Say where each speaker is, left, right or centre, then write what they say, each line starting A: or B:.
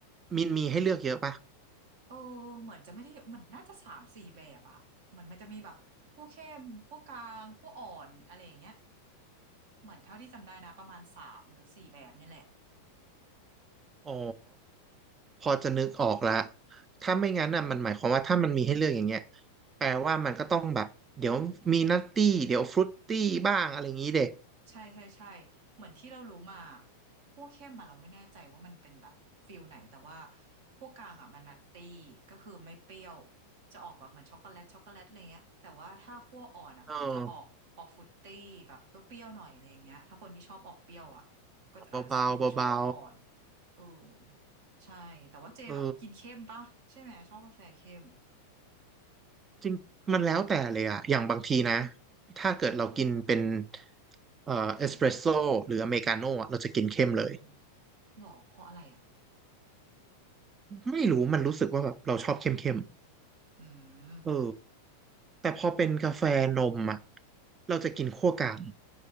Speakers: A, on the right; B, on the right.
A: มีมีให้เลือกเยอะป่ะ
B: เออเหมือนจะไม่ได้มันน่าจะสามสี่แบบอะเหมือนมันจะมีแบบคั่วเข้มคั่วกลางคั่วอ่อนอะไรอย่างเงี้ยเหมือนเท่าที่จำได้นะประมาณสามหรือสี่แบบเนี่ยแหละ
A: อ๋อพอจะนึกออกละถ้าไม่งั้นน่ะมันหมายความว่าถ้ามันมีให้เลือกอย่างเงี้ยแปลว่ามันก็ต้องแบบเดี๋ยวมีนัตตี้เดี๋ยวฟรุตตี้บ้างอะไรอย่างงี้เด็ก
B: ใช่ใช่ใช่เหมือนที่เรารู้มาพวกเข้มอะเราไม่แน่ใจว่ามันเป็นแบบฟิลไหนแต่ว่าพวกกลางอะมันนัตตี้ก็คือไม่เปรี้ยวจะออกแบบเหมือนช็อกโกแลตช็อกโกแลตอะไรเงี้ยแต่ว่าถ้าคั่วอ่อนอะเหมือนจะออกออกฟรุตตี้แบบเปรี้ยวๆหน่อยอะไรเงี้ยถ้าคนที่ชอบออกเปรี้ยวอะก็จะอาจจะกินคั่วอ่อน
A: เออเบาๆเบา
B: เออใช่แต่ว่าเจแบบกินเข้มปะใช่ไหมชอบกาแฟเข้ม
A: เออจริงมันแล้วแต่เลยอะอย่างบางทีนะถ้าเกิดเรากินเป็นเอ่อเอสเปรสโซ่หรืออเมริกาโน่อะเราจะกินเข้มเลย
B: อืมหรอเพราะอะไรอ่ะ
A: ไม่รู้มันรู้สึกว่าแบบเราชอบเข้ม
B: อืม
A: ๆเออแต่พอเป็นกาแฟนมอะเราจะกินคั่วกลาง